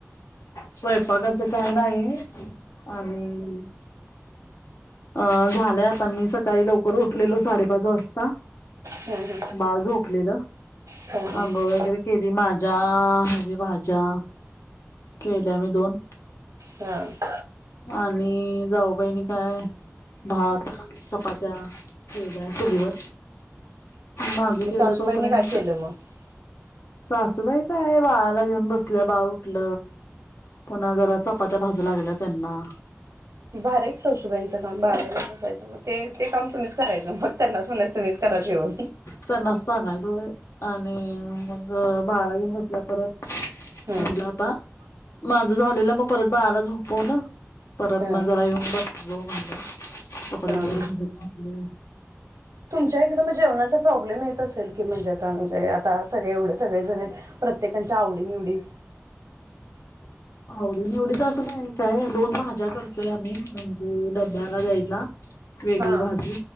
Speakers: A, on the left; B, on the right.
A: स्वयंपाकाच काय नाह. आणि अ झालंय आता मी सकाळी लवकर उठलेलो साडेपाच वाजता.
B: हं हं
A: बाळ झोपलेल.
B: हं हं
A: अंंगोळ वगैरे केली माज्या हेज्या भाज्या. केल्या मी दोन.
B: हा.
A: आणि जाऊबाई आणि काय. भात चपाात्या केल्या चुलीवर. माझे
B: मग
A: केल
B: सासूबाईने
A: तोपर्यंतंत
B: काय केलं मग
A: सासूबाई काय बाळाला घेऊन बसले बाळ उटल पुन्हा जरा चपात्या भाजू लागल्या त्यांना.
B: भारी आहे की सासुबाईंचं काम. बाळाला घेऊन बसायचं मग ते ते काम तुम्हीच करायचं, मग त्यांना सांगायचं तुम्हीच करा जेवण.
A: त्यांनाच सांगायचं होय आणि मग बारावी मटल्या परत
B: हं
A: म्हटलं आता माझं झालेलं मग परत मग बाळाळा झोपवलो पररना
B: हं
A: जरा येऊन बसलो म्हणलं कपडे
B: हं
A: वगैरे भिजत घातली
B: तुमच्या इकडे मग जेवणाचा प्रॉब्लेम येत असेल की म्हणजे म्हणजे आता सगळे एवढे सगळे जण आहेत प्रत्येकांच्या आवडी निवडी
A: आवडी निवडी तर असं नाही काय दोन भाज्या करतोय आम्ही म्हणजे डब्याला द्यायला वेगळी
B: हा
A: भाजी